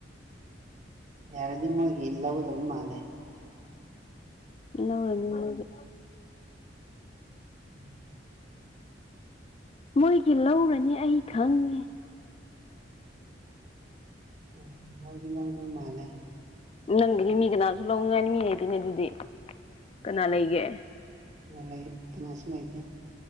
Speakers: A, on the right; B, on the left.
A: ꯌꯥꯔꯗꯤ ꯃꯣꯏꯒꯤ ꯂꯧꯗꯕ ꯃꯥꯜꯂꯦ
B: ꯂꯧꯔꯅꯤ ꯃꯣꯏꯒꯤ
A: ꯎꯝ <unintelligible> <inaudible>
B: ꯃꯣꯏꯒꯤ ꯂꯧꯔꯅꯤ ꯑꯩ ꯈꯪꯉꯦ
A: ꯎ ꯍꯧꯗꯤ ꯂꯗ ꯃꯥꯅꯦꯦ
B: ꯅꯪꯒꯤꯗꯤ ꯃꯤ ꯀꯅꯥꯁꯨ ꯂꯧꯅꯤꯡꯉꯥꯏꯅꯤ ꯃꯤ ꯂꯩꯇꯣꯏꯅꯦ ꯑꯗꯨꯗꯤ ꯀꯅꯥ ꯂꯩꯒꯦ
A: ꯂꯩ ꯐꯅꯁꯨ ꯂꯩꯇꯦ